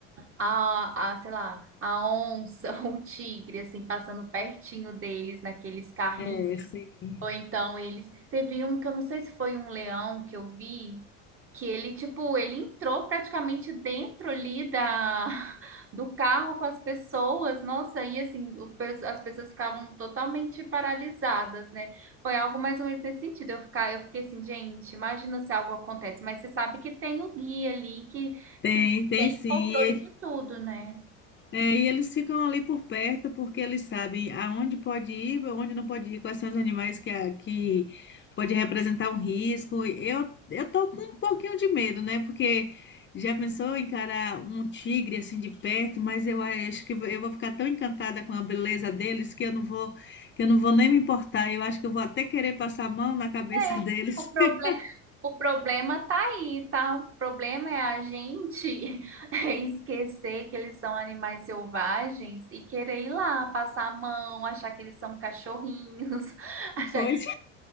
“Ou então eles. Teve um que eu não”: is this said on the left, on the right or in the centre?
Right